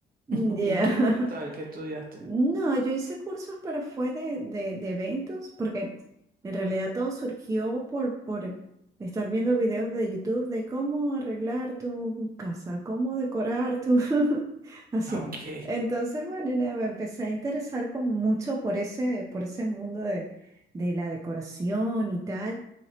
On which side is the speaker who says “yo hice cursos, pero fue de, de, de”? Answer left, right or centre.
Right